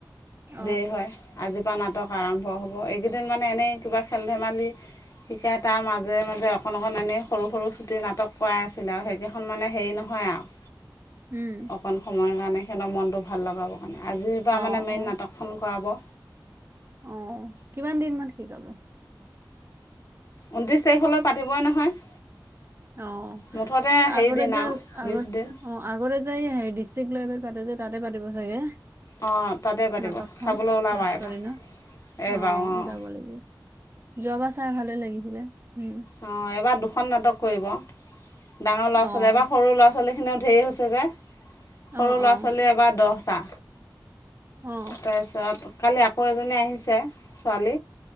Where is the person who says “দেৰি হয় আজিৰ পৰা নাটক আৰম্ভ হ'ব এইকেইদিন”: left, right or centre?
Left